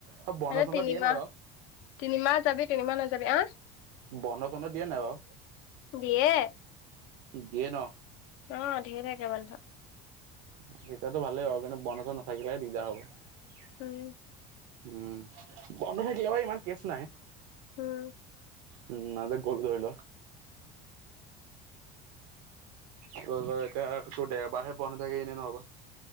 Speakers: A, on the right (about 75°); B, on the left (about 75°).
A: অ'! বন্ধ-
B: মানে
A: চন্ধ
B: তিনিমাহ
A: দিয়ে নাই বাও?
B: তিনিমাহ যাবি, তিনিমাহ নাযাবি। আঁ
A: বন্ধ- চন্ধ দিয়ে নাই বাও?
B: দিয়ে।
A: দিয়ে ন'?
B: অ'! ধেই থাকে বন্ধ।
A: তেতিয়াটো, ভালেই বাৰু। কিন্তু, বন্ধ-চন্ধ নাথাকিলেহে, দিগ্‌দাৰ হ'ব।
B: উম!
A: উম! বন্ধ থাকিলেও, ইমান কেচ নাই।
B: উম!
A: উম! <unintelligible> তোৰ আকৌ এতিয়া, তোৰ দেওবাৰহে বন্ধ থাকে এদিন আগত।